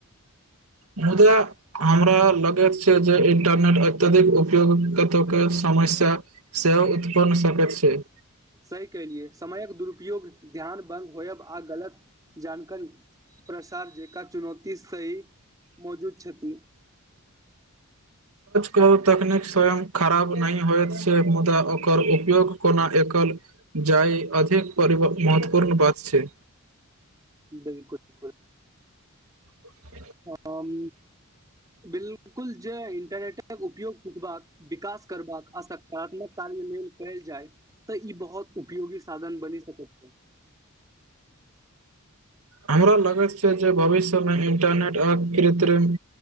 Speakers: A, on the right; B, on the right.
A: मुदा हमरा लगैत छै जे इंटरनेट अत्यधिक उपयोग कत के समस्या से उत्पन्न सकैत छै।
B: सही कलियै समयक दुरुपयोग ध्यान ब होयब आ गलत। जानकार प्रसार जेका चुनौती सही। मौजूद छथि।
A: के तकनीक स्वयं खराब नहि होइत छै, मुदा ओकर उपयोग कोना एकल जाय अधिक महत्वपूर्ण बात छै।
B: बिलकुल -बिलकुल।
A: ह।
B: हम बिलकुल जे इंटरनेट। उपयोग कूटबाक विकास। करबाक असकारात्मक कार्यमेल कयल जाय तऽ ई बहुत उपयोगी। साधन बनी सक छै।
A: हमरा लगैत छै जे भविष्यमे इंटरनेट आ कृत्रिम